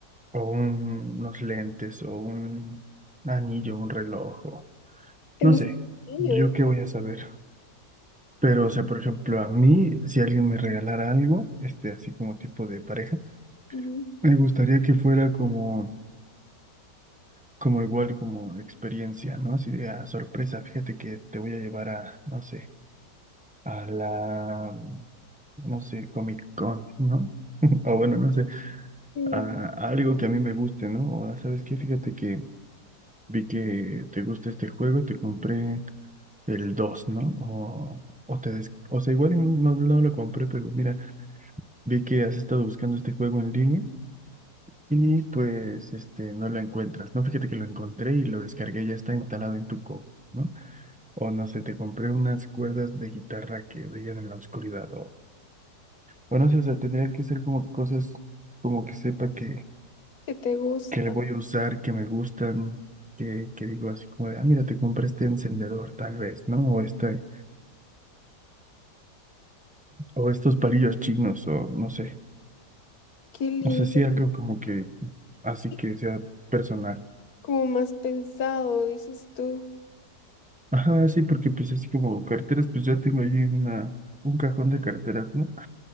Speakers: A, in the centre; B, on the left.
A: o un- unos lentes o un anillo, un reloj o
B: ¿Te
A: no
B: gusta
A: sé,
B: el
A: yo
B: niño?
A: qué voy a saber. Pero, o sea, por ejemplo, a mí, si alguien me regalara algo, este, así como tipo de pareja,
B: Ujú.
A: me gustaría que fuera como, como igual, como experiencia, ¿no? Así de, ah, sorpresa, fíjate que te voy a llevar a, no sé, a la, no sé, Comic Con, ¿no? <laughs> O bueno, no sé,
B: Sí,
A: a, a algo que a mí me guste, ¿no? O, ah, ¿sabes qué? Fíjate que Vi que te gusta este juego y te compré el 2, ¿no? O, o te des- o sea, igual no, no lo compré, pero mira, vi que has estado buscando este juego en línea y pues este no lo encuentras. No, fíjate que lo encontré y lo descargué, ya está instalado en tu compu, ¿no? O no sé, te compré unas cuerdas de guitarra que brillan en la oscuridad o, o no sé, o sea, tendría que ser como cosas como que sepa que
B: ¿Qué te gusta?
A: que le voy a usar, que me gustan, que, que digo así como de, ah, mira, te compré este encendedor tal vez, ¿no? O este, o estos palillos chinos, o no sé,
B: Qué lindo.
A: no sé si algo como que así
B: Sí,
A: que sea personal.
B: como más pensado, dices tú.
A: Ajá, sí, porque pues así como carteras, pues ya tengo ahí una, un cajón de carteras, ¿no?